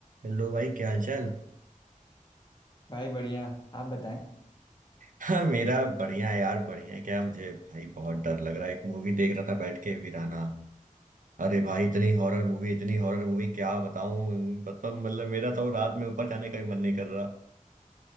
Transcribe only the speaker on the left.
भाई बढ़िया आप बताएं